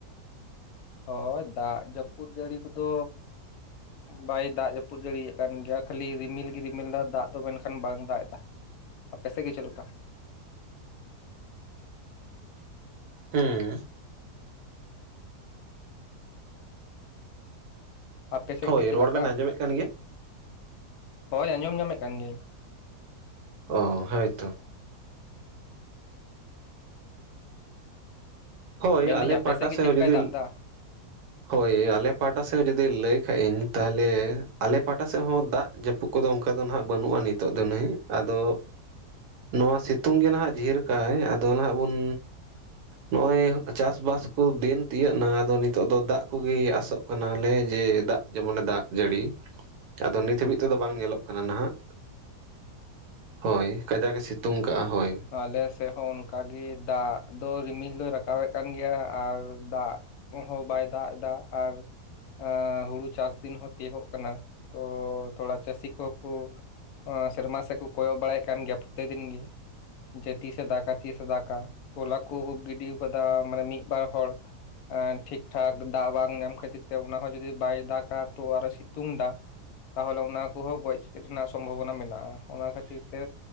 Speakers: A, on the left (about 75°); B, on the right (about 75°).
A: ᱦᱳᱭ ᱫᱟᱜ ᱡᱟᱹᱯᱩᱫ ᱡᱟᱹᱲᱤ ᱠᱚᱫᱚ ᱵᱟᱭ ᱫᱟᱜ ᱡᱟᱹᱯᱩᱫ ᱡᱟᱹᱲᱤ ᱠᱟᱱ ᱜᱮᱭᱟ ᱠᱷᱟᱹᱞᱤ ᱨᱤᱢᱤᱞ ᱜᱮ ᱨᱤᱢᱤᱞᱫᱟ ᱫᱟᱜ ᱫᱚ ᱢᱮᱱᱠᱷᱟᱱ ᱵᱟᱝ ᱫᱟᱜ ᱮᱫᱟ᱾ ᱟᱯᱮᱥᱮᱜ ᱜᱮ ᱪᱮᱫ ᱞᱮᱠᱟ?
B: ᱦᱩᱸ
A: ᱟᱯᱮ ᱥᱮᱫ
B: ᱦᱳᱭ
A: ᱜᱮ ᱪᱮᱫ
B: ᱨᱚᱲ
A: ᱞᱮᱠᱟ?
B: ᱵᱮᱱ ᱟᱸᱡᱚᱢᱮᱫ ᱠᱟᱱ ᱜᱮᱭᱟ
A: ᱦᱳᱭ ᱟᱸᱡᱚᱢ ᱧᱟᱢᱮᱫ ᱠᱟᱱ ᱜᱤᱭᱟᱹᱧ᱾
B: ᱚ ᱦᱭᱛᱳ ᱦᱳᱭ
A: ᱢᱮᱱᱫᱟᱹᱧ
B: ᱟᱞᱮ
A: ᱟᱯᱮ
B: ᱯᱟᱦᱴᱟ
A: ᱥᱮᱫ ᱜᱮ ᱪᱮᱫ
B: ᱦᱚᱸ
A: ᱞᱮᱠᱟᱭ
B: ᱡᱩᱫᱤ
A: ᱫᱟᱜᱽ ᱫᱟ?
B: ᱦᱳᱭ ᱟᱞᱮ ᱯᱟᱦᱴᱟ ᱥᱮᱫ ᱡᱩᱫᱤ ᱞᱟᱹᱭ ᱠᱷᱟᱡ ᱤᱧ ᱛᱟᱦᱚᱞᱮ ᱟᱞᱮ ᱯᱟᱦᱴᱟ ᱥᱮᱫ ᱦᱚᱸ ᱫᱟᱜ ᱡᱟᱹᱯᱩᱫ ᱠᱚᱫᱚ ᱚᱱᱠᱟ ᱫᱚ ᱦᱟᱸᱜ ᱵᱟᱹᱱᱩᱜᱼᱟ ᱱᱤᱛᱚᱜ ᱫᱚ ᱱᱟᱤᱡ ᱟᱫᱚ ᱱᱚᱣᱟ ᱥᱤᱛᱩᱝ ᱜᱮ ᱱᱟᱦᱟᱸᱜ ᱡᱷᱤᱨ ᱠᱟᱜ ᱟᱭ ᱟᱫᱚ ᱱᱟᱦᱟᱸᱜ ᱵᱚᱱ ᱱᱚᱜᱼᱚᱭ ᱪᱟᱥᱵᱥ ᱠᱚ ᱫᱤᱱ ᱛᱤᱭᱟᱹᱜ ᱮᱱᱟ ᱟᱫᱚ ᱱᱤᱛᱚᱜ ᱫᱚ ᱫᱟᱜ ᱠᱚᱜᱮ ᱟᱥᱚᱜ ᱠᱟᱱᱟᱞᱮ ᱡᱮ ᱫᱟᱜ ᱡᱮᱢᱚᱱᱮ ᱫᱟᱜ ᱡᱟᱹᱲᱤ ᱟᱫᱚ ᱱᱤᱛ ᱦᱟᱹᱵᱤᱡ ᱛᱮᱫᱚ ᱵᱟᱝ ᱧᱮᱞᱚᱜ ᱠᱟᱱᱟ ᱱᱟᱦᱟᱜ ᱦᱳᱭ ᱠᱟᱡᱟᱠ ᱜᱮ ᱥᱤᱛᱩᱝ ᱠᱟᱜᱼᱟ ᱦᱳᱭ
A: ᱟᱞᱮ ᱥᱮᱫ ᱦᱚᱸ ᱚᱱᱠᱟᱜ ᱜᱮ ᱫᱟᱜ ᱫᱚ ᱨᱤᱢᱤᱞ ᱞᱮ ᱨᱟᱠᱟᱵᱮᱫ ᱠᱟᱱ ᱜᱮᱭᱟ ᱟᱨ ᱫᱟᱜ ᱦᱚᱸ ᱵᱟᱭ ᱫᱟᱜ ᱮᱫᱟ ᱟᱨ ᱟ ᱦᱩᱲᱩ ᱪᱟᱥ ᱫᱤᱱ ᱦᱚᱸ ᱛᱤᱭᱳᱜᱚᱜ ᱠᱟᱱᱟ ᱛᱚ ᱛᱷᱚᱲᱟ ᱪᱟᱹᱥᱤ ᱠᱚᱦᱚᱸ ᱠᱚ ᱚ ᱥᱮᱨᱢᱟ ᱥᱮᱫ ᱠᱚ ᱠᱚᱭᱚᱜ ᱵᱟᱲᱟᱭᱮᱫ ᱠᱟᱱ ᱜᱮᱭᱟ ᱯᱚᱛᱮ ᱫᱤᱱ ᱜᱮ ᱡᱮ ᱛᱤᱥᱮ ᱫᱟᱠᱟ ᱛ ᱥᱮᱮ ᱫᱟᱠᱟ ᱛᱚᱞᱟ ᱠᱚ ᱜᱤᱰᱤ ᱟᱠᱟᱫᱟ ᱢᱟᱱᱮ ᱢᱤᱫ ᱵᱟᱨ ᱦᱚᱲ ᱴᱷᱤᱠ ᱴᱷᱟᱠ ᱫᱟᱜ ᱵᱟᱝ ᱧᱟᱢ ᱠᱷᱟᱹᱛᱤᱨ ᱛᱮ ᱚᱱᱟ ᱦᱚᱸᱚᱸ ᱡᱩᱫᱤ ᱵᱟᱭ ᱫᱟᱜᱟ ᱛᱚ ᱟᱨᱚ <unintelligible> ᱛᱩᱝ ᱮᱫᱟ ᱛᱟᱦᱚᱞᱮ ᱚᱱᱟ ᱠᱚᱦᱚᱸ ᱜᱚᱡ ᱨᱮᱱᱟᱜ ᱥᱚᱢᱵᱷᱚᱵᱚᱱᱟ ᱢᱮᱱᱟᱜᱼᱟ ᱚᱱᱟ ᱠᱷᱟᱹᱛᱤᱨ ᱛᱮ